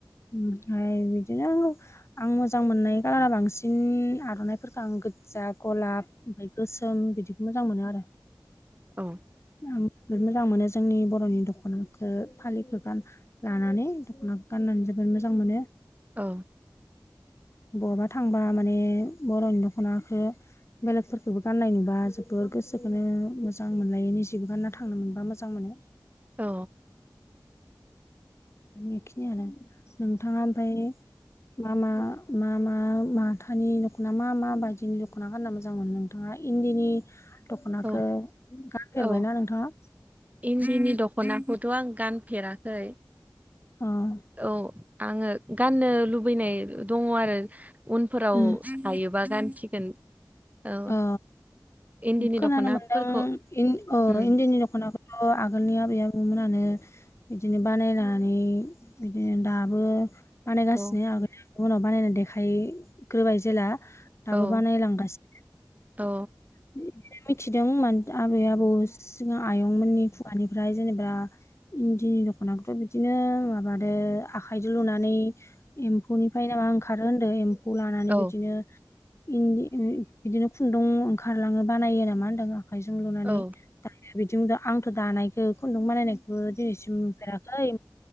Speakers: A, on the left; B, on the right.
A: ओमफ्राय बिदिनो आं मोजां मोननाय खालारा बांसिन आर'नाइफोरखौ आं गोजा गलाब ओमफाय गोसोम बिदिखौ मोजां मोनो आरो।
B: औ।
A: आं जोबोद मोजां मोनो जोंनि बर'नि दख'नाखो फालिखौ गान लानानै दख'ना गाननानै जोबोद मोजां मोनो।
B: औ।
A: बहाबा थांबा माने बर'नि दख'नाखो बेलेगफोरखौबो गाननाय नुबा जोबोर गोसोखौनो मोजां मोनलायो निजेबो गानना थांनो मोनबा मोजां मोजां मोनो।
B: औ।
A: बेखिनियानो नोंथाङा ओमफाय मा मा मा मा माथानि दख'ना मा मा बायदिनि दख'ना गानना मोजां मोनो नों? नोंथाङा इन्दिनि दख'नाखो
B: औ
A: गानफेरबायना
B: औ
A: नोंथाङा?
B: इन्दिनि दख'नाखौथ' आं गानफेराखै।
A: अह।
B: औ आङो गाननो लुबैनाय दङ' आरो उनफोराव
A: उम
B: हायोबा गानसिगोन। औ
A: ओ
B: इन्दिनि
A: खोनानो
B: दख'नाफोरखौ
A: मोनदों इन ओ
B: उम
A: इन्दिनि दख'नाखो थ' आगोलनि आबै आबौमोनानो बिदिनो बानायनानै बिदिनो दाबो बानायगासिनो
B: औ
A: आगोल उनाव बानायनानै देखायग्रोबाय जेला
B: औ
A: दाबो बानायलांगासि
B: औ।
A: <unintelligible> मिथिदोंमोन आबै आबौ सिगां आयंमोननि खुगानिफ्राय जेनेबा इन्दिनि दख'नाखौथ' बिदिनो माबादो आखाइजों लुनानै एम्फौनिफ्राय नामा ओंखारो होनदो एम्फौ लानानै
B: औ
A: बिदिनो इन्दि बिदिनो खुन्दुं ओंखारलाङो बानायो नामा होनदों आखायजों लुनानै।
B: औ
A: बिदि आंथ' दानायखौ खुन्दुं बानायनायखौबो दिनैसिम नुफेराखै।